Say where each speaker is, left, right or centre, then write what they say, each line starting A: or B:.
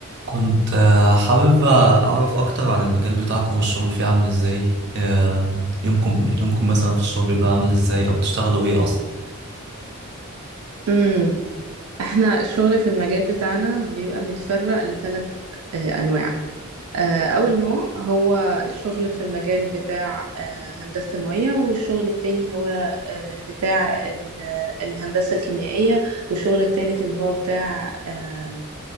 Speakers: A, on the right; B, on the right.
A: كنت آه، حابب آه، أعرف أكتر عن المجال بتاعكم الشغل فيه عامل إزاي آه، يومكم يومكم مثلا في الشغل بيبقى عامل إزاي أو بتشتغلوا إيه أصلا
B: امم احنا الشغل في المجال بتاعنا بيبقى متفرق لثلاث انواع آه، اول نوع هو الشغل في المجال بتاع آه، هندسة المياه والشغل التاني هو آه، بتاع ال- الهندسة الكيميائية والشغل التالت اللي هو بتاع آه،